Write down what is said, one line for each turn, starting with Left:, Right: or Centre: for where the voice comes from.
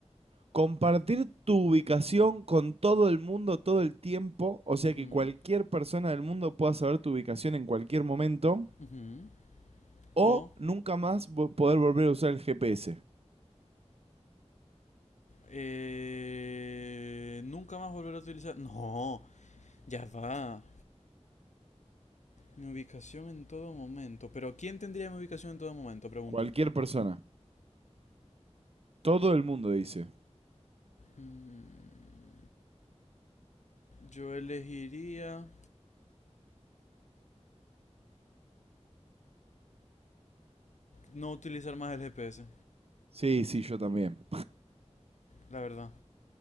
Right: Compartir tu ubicación con todo el mundo todo el tiempo, o sea
Left: Ujú,
Right: que cualquier persona del mundo pueda saber tu ubicación en cualquier momento,
Left: ujú.
Right: o
Left: O,
Right: nunca más vo- poder volver a usar el GPS.
Left: eh, nunca más volver a utilizar. No, ya va. Mi ubicación en todo momento. Pero ¿quién tendría mi ubicación en todo momento? Pregunto.
Right: Cualquier persona. Todo el mundo dice.
Left: Mm, yo elegiría no utilizar más el GPS.
Right: Sí, sí, yo también.
Left: La verdad.